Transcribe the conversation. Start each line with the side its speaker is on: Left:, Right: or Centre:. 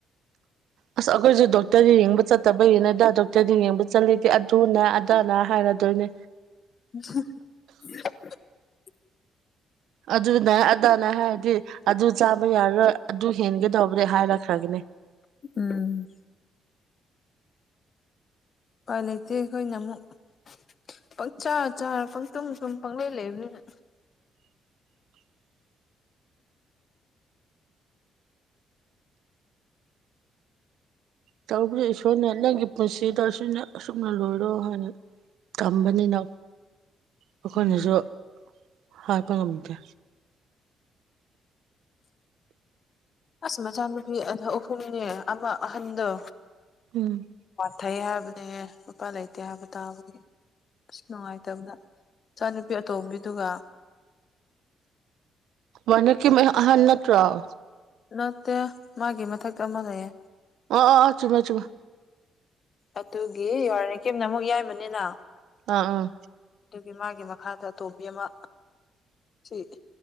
Right: ꯑꯁ ꯑꯩꯈꯣꯏꯁꯨ ꯗꯣꯛꯇꯔꯗ ꯌꯦꯡꯕ ꯆꯠꯇꯕꯒꯤꯅꯗ ꯗꯤ ꯌꯦꯡꯕ ꯆꯠꯂꯤꯗꯤꯦ ꯑꯗꯨꯅꯦ ꯑꯗꯥꯅ ꯍꯥꯏꯔꯗꯣꯏꯅꯦ
Left: <unintelligible>
Right: ꯑꯗꯨꯅ ꯑꯗꯥꯅ ꯍꯥꯏꯔꯗꯤ ꯑꯗꯨ ꯆꯥꯕ ꯌꯥꯔꯔꯣꯏ ꯑꯗꯨ ꯍꯦꯟꯒꯗꯧꯕꯅꯤ ꯍꯥꯏꯔꯛꯈ꯭ꯔꯒꯅꯤ
Left: ꯎꯝ ꯄꯥꯏ ꯂꯩꯇꯦ ꯈꯣꯢꯅꯃꯨꯚ ꯄꯪꯆꯥꯥ ꯆꯥꯔ ꯄꯪꯇꯨꯝ ꯁꯨꯝ ꯄꯪꯂꯩ ꯂꯩꯕꯅꯤꯅ
Right: <unintelligible> ꯇꯧꯕꯁ ꯏꯁꯣꯔꯅꯦ ꯅꯪꯒꯤ ꯄꯨꯟꯁꯤꯗ ꯑ ꯑꯁꯨꯝꯅ ꯂꯣꯏꯔꯣ ꯍꯥꯏꯅ ꯇꯝꯕꯅꯤꯅ ꯑꯩꯈꯣꯏꯅꯁꯨ
Left: ꯎꯝ
Right: ꯍꯥꯏꯄ ꯉꯝꯗꯦ
Left: ꯑꯁ ꯃꯆꯥꯅꯨꯄꯤ ꯑ ꯑꯍꯨꯝꯅꯦ ꯑꯃ ꯑꯍꯟꯗꯣ
Right: ꯎꯝ
Left: ꯊꯩ ꯍꯥꯏꯕꯅꯦꯍꯦ ꯂꯄꯥ ꯂꯩꯇꯦ ꯍꯥꯏꯕ ꯇꯥꯕꯒꯤ ꯑꯁ ꯅꯨꯡꯉꯥꯏꯇꯕꯗ ꯏꯆꯥꯅꯨꯄꯤ ꯑꯇꯣꯝꯕꯤꯗꯨꯒ
Right: ꯃꯅꯀꯤ ꯑꯍꯟꯅꯠꯇ꯭ꯔꯥꯎ
Left: ꯅꯠꯇꯦ ꯃꯥꯒꯤ ꯃꯊꯛꯇ ꯑꯃꯅꯑꯦ
Right: ꯑꯣꯑꯣꯑꯣ ꯆꯨꯝꯃꯦ ꯆꯨꯝꯃꯦ
Left: ꯑꯗꯨꯒꯤ ꯌꯥꯔꯦ ꯀꯤꯝꯅ ꯑꯃꯨꯛ ꯌꯥꯏꯃꯅꯤꯅ
Right: ꯑꯥ ꯑꯥ
Left: ꯑꯗꯨꯒꯤ ꯃꯥꯒꯤ ꯃꯈꯥꯗ ꯑꯇꯣꯝꯕꯤ ꯑꯃ ꯁꯤ